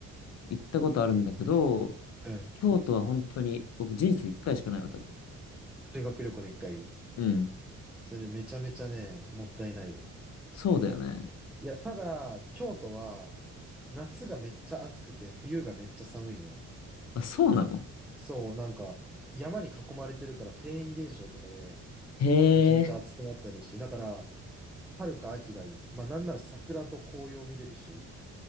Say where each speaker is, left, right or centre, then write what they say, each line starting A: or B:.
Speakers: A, on the left; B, in the centre.
A: 行ったことあるんだけど、
B: うん。
A: 京都は本当に、僕人生一回しかないわ、多分。
B: 修学旅行の一回。
A: うん。
B: それでめちゃめちゃね、もったいないよ。
A: そうだよね。
B: いや、ただ、京都は、夏がめっちゃ暑くて、冬がめっちゃ寒いのよ。
A: あ、そうなの
B: そう、なんか、山に囲まれてるから、フェーン現象とかで、
A: へ
B: めちゃめちゃ暑くなったりして、
A: え。
B: だから、春か秋がいい。まあ、なんなら桜と紅葉見れるし、